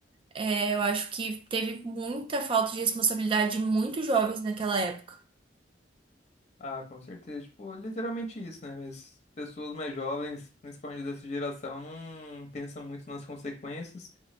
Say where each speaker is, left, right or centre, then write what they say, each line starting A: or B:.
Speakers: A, on the right (about 30°); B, on the left (about 40°).
A: É, eu acho que teve muita falta de responsabilidade de muitos jovens naquela época.
B: Ah, com certeza. Tipo, literalmente isso, né? Mas pessoas mais jovens, principalmente dessa geração, não pensam muito nas consequências